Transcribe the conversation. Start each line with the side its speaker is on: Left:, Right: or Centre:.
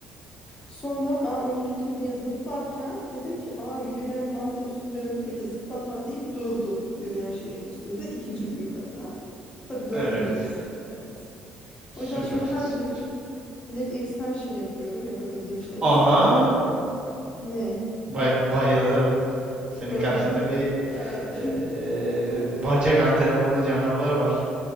Left: Sonra ben onu tutayım diye zıplarken dedim ki aa yürüyen bantın üstünde öyle zıplanmaz deyip durdum yürüyen şeyin üstünde. İkinci büyük hata. Tabii döndü
Right: Evet.
Left: diz. Evet.
Right: Süper,
Left: O yüzden şimdi her
Right: süper.
Left: gün leg extension yapıyorum yapabildiğim şey.
Right: Aha.
Left: Squat ne?
Right: Bay- bayılırım. Senin
Left: Bayıl.
Right: karşında bir
Left: Eee,
Right: eee, bacak antrenmanı canavarı var.